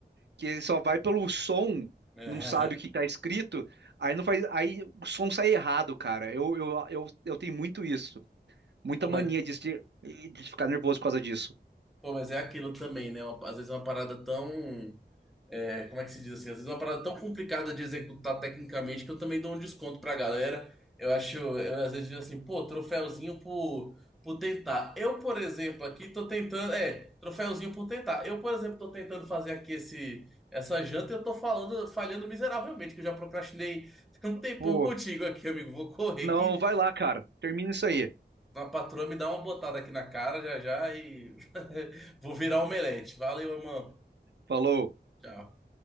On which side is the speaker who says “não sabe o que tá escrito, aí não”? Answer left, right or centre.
Right